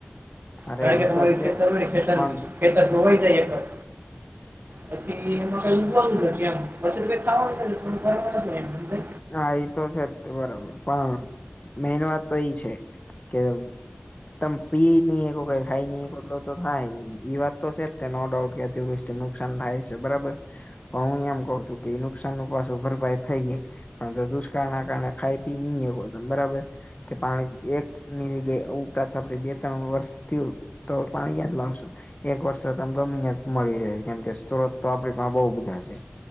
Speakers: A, on the left (about 35°); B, on the right (about 55°).
A: અરે
B: કારણ
A: ઈ
B: કે તમારું
A: તો છે
B: ખેતરું
A: જ
B: ને ખેતર
A: પણ
B: ખેતર ધોવાઈ જાયએ પછી એમાં કઈ ઉભ એમ પછી તો ખાવાનું થોડું ફરક પ
A: હા એ તો છે જ બરાબર પણ મેન વાત તો એઈ છે કે તમ પી ન એ કો કઈ ખાઈ નહી બલો તો થા એઈ વાત તો છે જ નો ડાઉટ કે અતિવૃષ્ટિ નુકસાન થાય છે બરાબર. પણ હું એમ કઉ છું કે એ નુકસાન નું પાછો ભરપાઈ થઈ ગાય. પણ તો દુષ્કાળના કારણે ખાય પી નહી કોમ બરાબર. કે પાણી એકની જગ્યા ઉપરા છપડી બે ત્રણ વર્ષ થયું. તો પાણી <unintelligible> લાવશો. એક વર્ષ તો તમ ગમે મળી રહે કેમ કે સ્ત્રોત તો આપડી પાહે બહુ બધા છે.